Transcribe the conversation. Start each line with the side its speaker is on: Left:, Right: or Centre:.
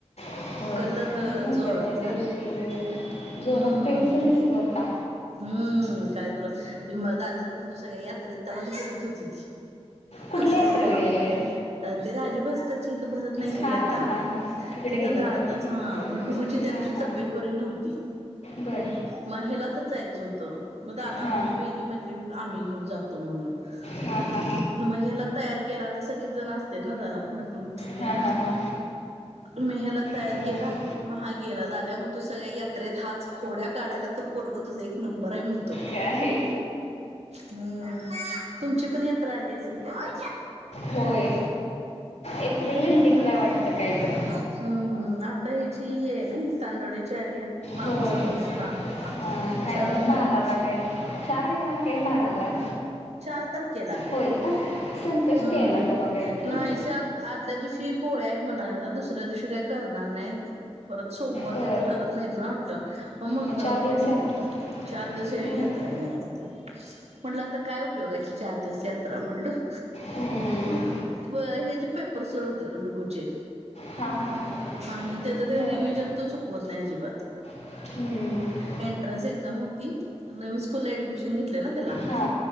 Left: होय
Right: कलर
Left: म्हणूनच म्हटलं
Right: जोरात
Left: त्या
Right: झालाय
Left: दिवशी जोरात
Right: हम्म.
Left: प्रिन्स दिसत होता
Right: हम्म कायतर मग दाद्या तर म्हणतो सगळ्या यात्रेत. त्यालाच बघत होती
Left: कुठल्या
Right: कसल
Left: यात्रेला
Right: पोरग
Left: गेलेले
Right: ते दाजी बस आमच्या इथ भरत नाही काही
Left: हा
Right: यात्रा
Left: हा हा हा तिकडे
Right: तिथ
Left: गेलेलो
Right: दादा
Left: होय.
Right: हां मग डुग्गूची त्या
Left: हा
Right: दिवशी
Left: हा
Right: तब्येत बरी नव्हती.
Left: बर
Right: मग ह्याला तर जायच होत मग दादा
Left: हा
Right: म त्यांनी म्हणाले मग आम्ही घेऊन जातो. मग
Left: हा हा
Right: ह्याला तयार केला तर सगळीचजण असतात ना जरा. तून
Left: हा हा हा हा
Right: मग ह्याला तयार
Left: बर
Right: केला मग हा गेला लाद्या म्हणतो सगळ्या यात्रेत हाच खोड्या काढायला तर पोरग तुझ एक नंबर आहे म्हणतो.
Left: काय
Right: हम्म तुमची पण यात्रा आली असेल की आता.
Left: होय एप्रिल एंडिंगला आहे वाटत काहीतरी.
Right: हम्म हम्म आता ह्याचीये ना तांदोडीची आलीया. मामा
Left: होय
Right: सांगत होता
Left: हा काहीतर
Right: चार
Left: बाराला
Right: तारीख
Left: काय चार ही लाख, एक बारा ला
Right: चार तारखेला ग,
Left: होय का संकष्टी
Right: हम्म
Left: आहे ना तेव्हा काहीतरी
Right: नाई चार आदल्या दिवशी पोळ्या आहेत म्हणाल्याला, दुसऱ्या दिवशी काय करणार नाहीत. परत सोमवार
Left: बर
Right: काय तो करत नाहीत ना वाटतं म मंगळवारी
Left: मग चार दिवस
Right: हाय
Left: यात्रा
Right: वाटत. चार दिवसा ई
Left: बर
Right: यात्रा हाय म्हणत होता म्हणलं आता काय उपयोगाची चार दिवस यात्रा म्हटलं,
Left: हम्म
Right: व्हय हेज पेप पर सुरू होतील ग डुगूचे
Left: हा हा हा
Right: आणि त्याज
Left: बर
Right: काय रिव्हजन तो चुकवत नाय अजिबात
Left: हम्म
Right: एंट्रन्स एक्झाम होती. नवीन स्कूल ऍडमिशन घेतलय ना त्याला आम्ही
Left: हा